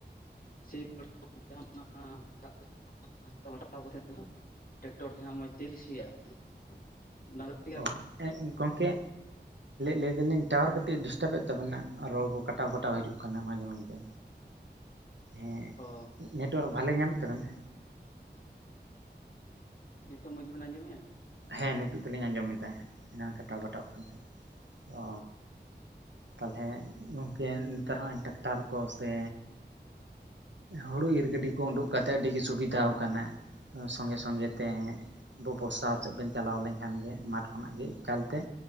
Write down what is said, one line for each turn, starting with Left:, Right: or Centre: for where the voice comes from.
Left: ᱥᱤ <unintelligible> ᱠᱟᱛᱮ ᱫᱚ ᱴᱮᱠᱴᱚᱨ ᱛᱮᱦᱟᱸᱜ ᱢᱚᱡᱽ ᱛᱮᱜᱮ ᱞᱮ ᱥᱤᱭᱟ <unintelligible>
Right: ᱚ ᱜᱚᱢᱠᱮ ᱞᱟᱹᱭ ᱫᱟᱞᱤᱧ ᱴᱟᱣᱟᱨ ᱠᱟᱹᱴᱤᱡ ᱰᱤᱥᱴᱟᱵ ᱮᱫ ᱛᱟᱵᱮᱱᱟ ᱨᱚᱲ ᱠᱚ ᱠᱟᱴᱟᱣ ᱠᱟᱴᱟᱣ ᱦᱤᱡᱩᱜ ᱠᱟᱱᱟ ᱢᱟᱡᱷᱮ ᱢᱚᱡᱫᱷᱮ᱾ ᱦᱮᱸ
Left: ᱚ
Right: ᱱᱮᱴᱚᱣᱟᱨᱠ ᱵᱷᱟᱞᱮ ᱧᱟᱢᱮᱫ ᱛᱟᱵᱮᱱᱟ
Left: ᱱᱤᱛᱚᱜ ᱢᱚᱡᱽ ᱜᱮᱵᱤᱱ ᱟᱸᱡᱚᱢᱮᱭᱟ?
Right: ᱦᱮᱸ ᱱᱤᱛᱚᱜ ᱫᱚᱞᱤᱧ ᱟᱸᱡᱚᱢᱮᱫᱟ, ᱮᱱᱟᱝ ᱠᱟᱴᱟᱣ ᱠᱟᱴᱟᱣ ᱠᱟᱱ ᱛᱟᱦᱮᱸᱫ, ᱚ ᱛᱟᱦᱚᱞᱮ ᱜᱚᱝᱠᱮ ᱱᱮᱛᱟᱨ ᱦᱚᱸ ᱦᱮᱱ ᱴᱨᱟᱠᱴᱟᱨ ᱠᱚ ᱥᱮ ᱦᱩᱲᱩ ᱤᱨ ᱜᱟᱹᱰᱤ ᱠᱚ ᱩᱰᱩᱠ ᱠᱟᱛᱮᱫ ᱟᱹᱰᱤ ᱜᱮ ᱥᱩᱵᱤᱫᱷᱟ ᱟᱠᱟᱱᱟ᱾ ᱥᱚᱸᱜᱮ ᱥᱚᱸᱜᱮ
Left: ᱦᱳᱭ
Right: ᱛᱮ ᱵᱚ ᱵᱚᱨᱚᱥᱟᱛ ᱥᱮᱫ ᱵᱮᱱ ᱪᱟᱞᱟᱣ ᱞᱮᱱᱠᱷᱟᱱ ᱜᱮ ᱢᱟᱴᱷ ᱠᱷᱚᱱᱟᱜ ᱜᱮ ᱮᱠᱟᱞᱛᱮ